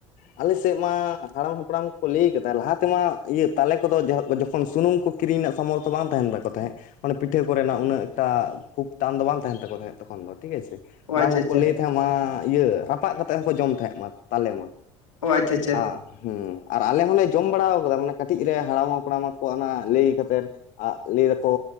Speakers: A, on the left; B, on the left.
A: ᱟᱞᱮᱥᱮᱫ ᱢᱟ ᱦᱟᱲᱟᱢ ᱦᱟᱯᱲᱟᱢ ᱠᱚᱠᱚ ᱞᱟᱹᱭ ᱠᱟᱫᱟ ᱞᱟᱦᱟ ᱛᱮᱢᱟ ᱤᱭᱟᱹ ᱛᱟᱞᱮ ᱠᱚᱫᱚ ᱡᱚᱠᱷᱚᱱ ᱥᱩᱱᱩᱢ ᱠᱚ ᱠᱤᱨᱤᱧ ᱨᱮᱱᱟᱜ ᱥᱟᱢᱚᱨᱛᱷᱚ ᱵᱟᱝ ᱛᱟᱦᱮᱱ ᱛᱟᱠᱚ ᱛᱟᱦᱮᱸᱫ ᱢᱟᱱᱮ ᱯᱤᱴᱷᱟᱹ ᱠᱚ ᱨᱮᱱᱟᱜ ᱩᱱᱟᱹᱜ ᱴᱟ ᱠᱷᱩᱵ ᱴᱟᱱ ᱫᱚ ᱵᱟᱝ ᱛᱟᱦᱮᱱ ᱛᱟᱠᱚ ᱛᱟᱦᱮᱸᱫ ᱛᱚᱠᱷᱚᱱ ᱫᱚ ᱴᱷᱤᱠ ᱜᱤᱭᱟᱥᱮ
B: ᱚ
A: ᱦᱟᱲᱟᱢ
B: ᱟᱪᱪᱷᱟ
A: ᱠᱚᱠᱚ
B: ᱟᱪᱪᱷᱟ
A: ᱞᱟᱹᱭ ᱛᱟᱦᱮᱸᱫ ᱢᱟ, ᱤᱭᱟᱹ ᱨᱟᱯᱟᱜ ᱠᱟᱛᱮ ᱮᱫ ᱦᱚᱸᱠᱚ ᱡᱚᱢ ᱛᱟᱦᱮᱸᱫ ᱢᱟ ᱛᱟᱞᱮ ᱢᱟ᱾
B: ᱚ ᱟᱪᱪᱷᱟ ᱟᱪᱪᱷᱟ᱾
A: ᱟ ᱦᱩᱸ ᱟᱨ ᱟᱞᱮ ᱦᱚᱸᱞᱮ ᱡᱚᱢ ᱵᱟᱲᱟ ᱠᱟᱫᱟ᱾ ᱢᱟᱱᱮ ᱠᱟᱹᱴᱤᱡ ᱨᱮ ᱦᱟᱲᱟᱢ ᱦᱟᱯᱲᱟᱢ ᱠᱚᱣᱟ ᱚᱱᱮ ᱞᱟᱹᱭ ᱠᱟᱛᱮᱜ᱾ ᱟᱜ ᱞᱟᱹᱭ ᱟᱠᱚ